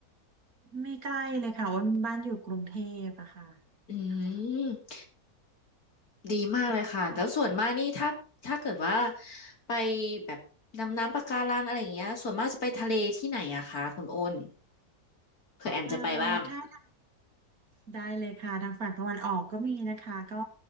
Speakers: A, on the right (about 70°); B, on the left (about 75°).
A: ไม่ใกล้เลยค่ะว่าบ้านอยู่กรุงเทพอะค่ะ
B: อื
A: ค่ะ
B: มดีมากเลยค่ะแล้วส่วนมากนี่ถ้าถ้าเกิดว่า
A: ค่ะ
B: ไปแบบดำน้ำปะการังอะไรอย่างเงี้ยส่วนมากจะไปทะเลที่ไหนอะคะคุณโอนเผื่อแอมจะไปบ้าง
A: เอ่อถ้า ได้เลยค่ะ ทางฝั่งตะวันออกก็มีนะคะก็